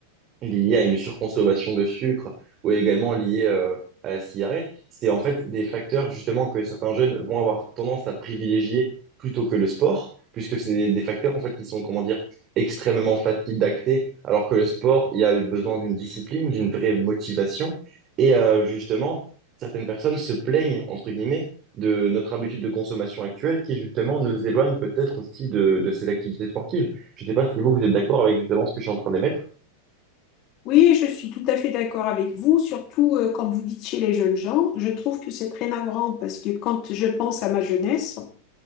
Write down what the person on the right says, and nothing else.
liées à une surconsommation de sucre ou également liées euh, à la cigarette. C'est en fait des facteurs justement que certains jeunes vont avoir tendance à privilégier plutôt que le sport, puisque c'est des, des facteurs en fait qui sont, comment dire, extrêmement faciles d'accès, alors que le sport, il y a besoin d'une discipline, d'une vraie motivation. Et euh, justement, certaines personnes se plaignent, entre guillemets, de notre habitude de consommation actuelle qui justement nous éloigne peut-être aussi de, de ces activités sportives. Je ne sais pas si vous, vous êtes d'accord avec justement ce que je suis en train d'émettre.